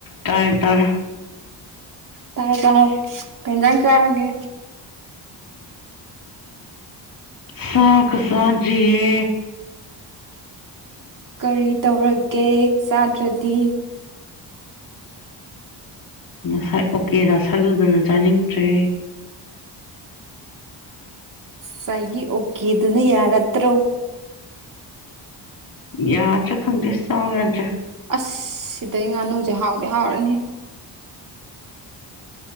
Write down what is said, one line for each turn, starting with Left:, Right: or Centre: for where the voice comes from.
Left: ꯇꯥꯏ ꯇꯔ
Right: ꯇꯥꯏ ꯇꯔ ꯄꯦꯟꯖꯥꯡ ꯀꯌꯥꯑꯒꯦ
Left: ꯁꯥꯈ ꯁꯥꯖꯤꯌꯦ
Right: ꯀꯔꯤ ꯇꯧꯔꯒꯦ ꯆꯥꯗ꯭ꯔꯗꯤ
Left: ꯉꯁꯥꯏ ꯑꯣꯀꯦ ꯔꯥꯁꯜꯂꯨꯗꯅ ꯆꯥꯅꯤꯡꯗ꯭ꯔꯦ
Right: ꯁꯥꯏꯒꯤ ꯑꯣꯀꯦ ꯑꯗꯨꯅ ꯌꯥꯔꯠꯇ꯭ꯔꯣ
Left: ꯌꯥ ꯆ ꯈꯪꯒꯦꯁ ꯇꯒ ꯌꯥꯖ
Right: ꯑꯁ ꯁꯤꯗꯩ ꯉꯥꯅꯨꯁꯦ ꯍꯥꯎꯗꯤ ꯍꯥꯎꯔꯅꯤ